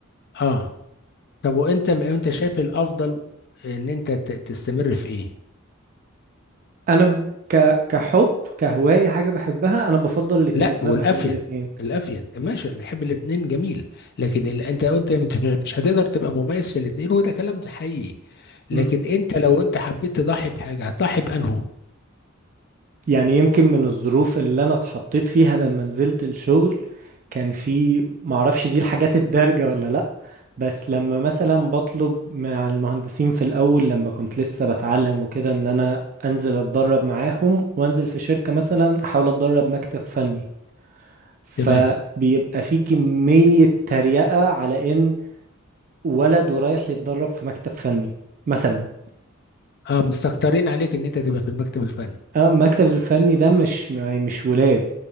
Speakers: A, on the left; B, on the right.
A: اه طب وانت انت شايف الافضل ان انت ت- تستمر في ايه
B: انا ب- ك... كحب كهواية حاجة بحبها انا بفضل الاتنين
A: لا
B: انا
A: والافيد
B: بحب الاتنين
A: الافيد ماشي نحب الاثنين جميل لكن اللي انت قلت انت مش هتقدر تبقى مميز في الاثنين وده كلام حقيقي
B: مم.
A: لكن انت لو انت حبيت تضحي بحاجه هتضحي بانه
B: يعني يمكن من الظروف اللي انا اتحطيت فيها لما نزلت الشغل كان في معرفش دي الحاجات الدارجة ولا لا بس لما مثلا بطلب مع المهندسين في الاول لما كنت لسه بتعلم وكده ان انا انزل اتدرب معاهم وانزل في شركة مثلا احاول اتدرب مكتب فني فبيبقى
A: تمام
B: في كمية تريقة على ان ولد ورايح يتدرب في مكتب فني مثلا
A: اه مستكترين عليك ان انت تبقى في المكتب الفني
B: آه، المكتب الفني ده مش يعني مش ولاد